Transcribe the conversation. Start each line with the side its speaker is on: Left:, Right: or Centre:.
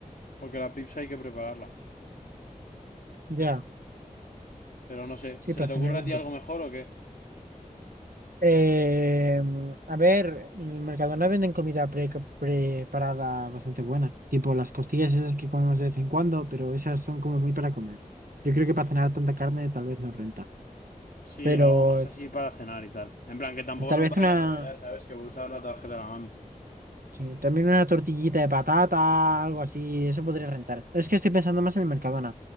Left: porque la pizza hay que prepararla.
Right: ya.
Left: Pero no sé,
Right: Sí,
Left: ¿se
Right: para
Left: te
Right: cenar
Left: ocurre
Right: un
Left: a ti
Right: poquito.
Left: algo mejor o qué?
Right: Eh, a ver, en el Mercadona venden comida pre- preparada bastante buena. Tipo las costillas esas que comemos de vez en cuando, pero esas son como muy para comer. Yo creo que para cenar tanta carne tal vez no renta.
Left: Sí,
Right: Pero
Left: algo más así para cenar y tal. En plan, que tampoco
Right: tal
Left: nos
Right: vez
Left: vayan
Right: una.
Left: a rayar, ¿sabes? Que voy a usar la tarjeta de la mami.
Right: Sí, también una tortillita de patata, algo así, eso podría rentar. Es que estoy pensando más en el Mercadona.